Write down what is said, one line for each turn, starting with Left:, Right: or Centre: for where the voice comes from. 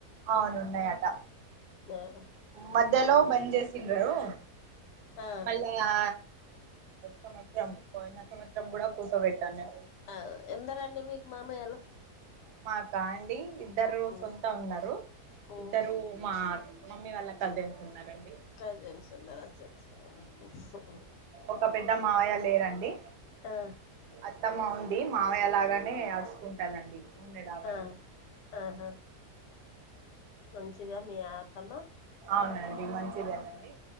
Right: అవునున్నాయట..
Left: ఆహా
Right: మధ్యలో బంద్ చేసిన్రారు.
Left: ఆ
Right: మళ్ళ ఆ సంవత్సరం <unintelligible> పోయినా సంవత్సరం కూడా కూత పెట్టను
Left: ఆ ఎందరండి మీకు మావయ్యలు
Right: మా కా అండి ఇద్దరు
Left: ఉమ్
Right: సొంత ఉన్నారు
Left: ఉమ్
Right: ఇద్దరు మా మమ్మీ వాళ్ళ కజన్స్ ఉన్నారండి.
Left: కజన్స్ందరస్ <unintelligible>
Right: ఒక పెద్ద మావయ్య లేరండి.
Left: ఆ
Right: అత్తమ్మ ఉంది మామయ్యలాగానే ఆడుచకుంటందండి. ఉందిే <unintelligible> లాాగానే.
Left: ఆ ఆహా మంచిదా మీ ఆత్తమ్మా
Right: అవునండి మంచిదేనండి